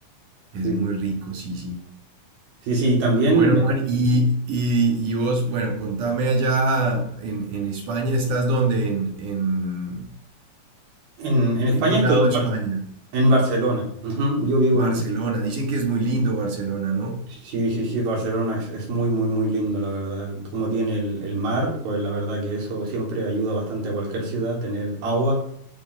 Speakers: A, on the right (about 65°); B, on the right (about 85°).
A: Es
B: Sí,
A: muy
B: sí.
A: rico, sí, sí.
B: Sí, sí, también
A: Bueno, Juan, y, y, y vos, bueno, contame allá en, en España, ¿estás dónde? ¿En, en,
B: en, en España
A: en qué
B: estoy
A: lado
B: en,
A: de
B: Bar-
A: España?
B: en Barcelona. Ujú, Yo vivo
A: Barcelona.
B: en...
A: Dicen que es muy lindo Barcelona, ¿no?
B: Sí, sí, sí, Barcelona es, es muy, muy, muy lindo, la verdad. Como tiene el, el mar, pues la verdad que eso siempre ayuda bastante a cualquier ciudad, tener agua